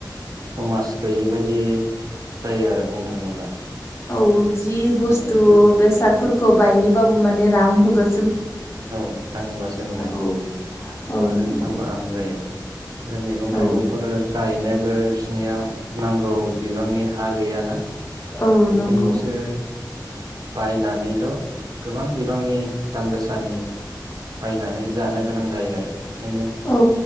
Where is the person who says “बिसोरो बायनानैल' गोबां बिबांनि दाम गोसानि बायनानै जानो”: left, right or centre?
Right